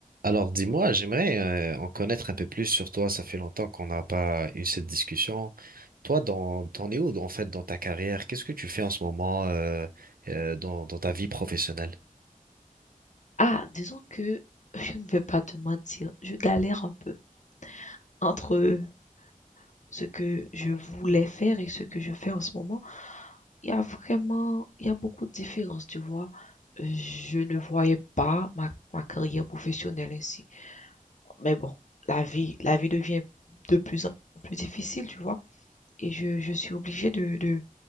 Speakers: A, on the right; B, on the left.
A: Alors dis-moi, j'aimerais euh, en connaître un peu plus sur toi. Ça fait longtemps qu'on n'a pas eu cette discussion. Toi, dans, t'en es où en fait dans ta carrière? Qu'est-ce que tu fais en ce moment euh, euh, dans, dans ta vie professionnelle?
B: Ah, disons que <laughs> je ne vais pas te mentir, je galère un peu entre ce que je voulais faire et ce que je fais en ce moment. Il y a vraiment, il y a beaucoup de différences, tu vois. Euh, Je ne voyais pas ma, ma carrière professionnelle ainsi. Mais bon, la vie, la vie devient de plus en plus difficile, tu vois. Et je, je suis obligée de, de,